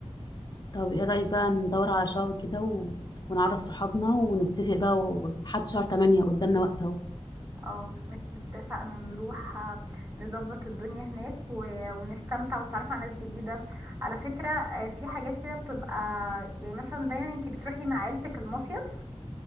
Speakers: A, on the left (about 40°); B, on the right (about 25°).
A: طب ايه رايك بقى ندور على شقه كده و... ونعرف صحابنا ونتفق بقى وحد شهر 8 قدامنا وقت اهو
B: اه مت- اتفقنا نروح آه، نظبط الدنيا هناك و- ونستمتع ونتعرف على ناس جديدة على فكرة آه، في حاجات كده بتبقى يعني مثلا دايما انتي بتروحي مع عيلتك المصيف